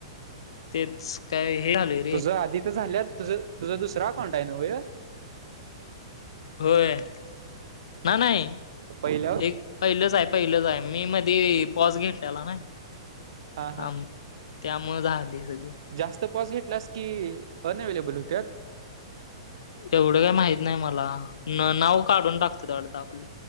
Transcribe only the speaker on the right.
तुझं आंधी तरं झाल्यां तुझं तुझं दुसरां अकाउंट हांय नव्हं हे.
पहिलं
हा
जास्तं पॉस घेतलांस की अनंअवेलेबल होत्यां.